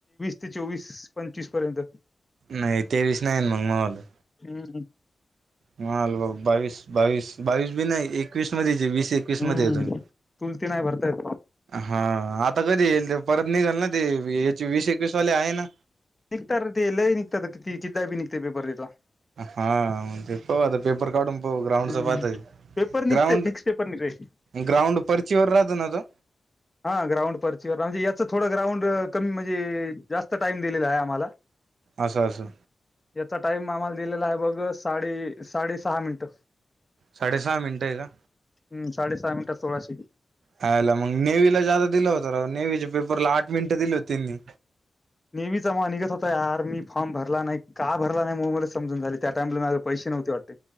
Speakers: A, on the left; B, on the right.
A: ते चोवीस पंचवीस पर्यंत
B: नाही तेवीस नाही मग महवालं.
A: हम्म
B: मल बावीस बावीस बावीस बी नाही. एकवीस मध्ये वीस एकवीस
A: हम्म.
B: मध्ये येतो मी
A: चुलती नाही भरतायत
B: हा. आत आता कधी येईल ते परत निघाल ना ते याचे वीस एकवीस वाले आहे ना?
A: निघत र ते लई निघतात का किती किदा बी निघते पेपर तिथला.
B: हा पाऊ आता पेपर काढून. ग्राउंड
A: हम्म.
B: बाात
A: पेपर
B: ग्राउंड
A: निघते फिक्स पेपर निघते
B: ग्राउंड परर्चवरर राहत ना तो?
A: हा ग्राउंड परचीवर म्हणजे याच थोडं ग्राउंड कमी म्हणजे जास्त टाईम दिलेला आहे आम्हाला.
B: असं असं
A: याचा टाईम आम्हाला दिलेला आहे बघ साडे साडे सहा मिनट.
B: साडे सहा मिनट आहे का?
A: हम् साडे सहा मिनटात सोळाशे.
B: हायला मग नेवीला जादा दिला होत रा नेवीच्या पेपरला आठ मिनिटं दिली होती त्यांनी.
A: नेवीचा मग निघत होता यार. मी फॉर्म भरला नाही. का भरला नाही मलेचसमजून झाली त्या टाइमला माझे पैसे नव्हते वाटते.